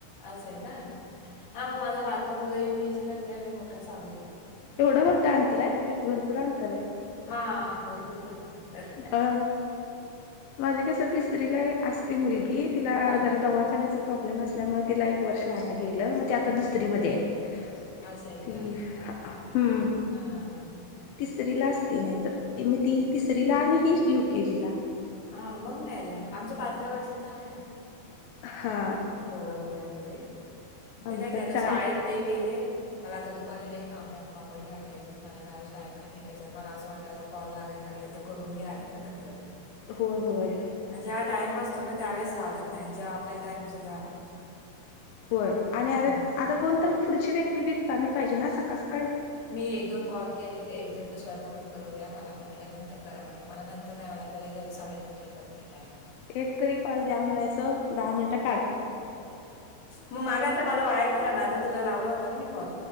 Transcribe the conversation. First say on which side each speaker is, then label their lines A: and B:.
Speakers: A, on the left; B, on the left.
A: असं आहे का हा मग माझा बरका मुलगा यु के जी लाच आणि मोठा सहावी ला
B: एवढा मोठं आणंतर हाय भरपूर अंतर
A: हा भरपूर झाला तर
B: हाय. माझे कस तिसरी ला अस ति मुलगीत तिला
A: हा
B: जरा दवाखान्याच. प्रॉब्लेम असल्यामुळे तिला एक वर्ष वाया गेलं, मग ते आता दुसरी मध्ये आहे.
A: असं आहे
B: ती
A: का.
B: हम्म
A: हा हा हा हा
B: तिरीला असती नाही तर ती तिसरीला आणि ही युकेजीला
A: हा मग नाही लई आमच पाचव्या वर्षाचा आहे अंतर
B: हा
A: दोघा मुलांमध्ये. ते
B: आमच्यात
A: काय ते आता
B: चार
A: शाळेत गेले. मला आता दुपारी लई काम आहे पापड लाटायचं मला काय टाईम नाही भेटायचा मला असं वाटतं आता कॉल लागायला लागले तर करून घ्यावेत ना पटकन.
B: होय होय.
A: जेव्हा टाइम असतो ना त्यावेळेस लागत नाही जेव्हा आपल्याला टाईम नसतो तेव्हा लागतो.
B: होय आणि आता
A: हम्म.
B: आता कोणतर पुढची व्यक्ती बी रिकामी पाहिजे ना सकाळ सकाळ
A: मी एक दोन कॉल केले ते एकजण तर स्वयंपाकच बनवत्या मला म्हटल्यानंतर करा म्हटल मला नंतर लई झालं साडे नऊ वाजेपर्यंत टाईम
B: एक तरी कॉल द्या म्हणायचं दहा मिनिटात.
A: मग मागाचा माझा वाया गेला ना आता तुला लावला होता ना मी कॉल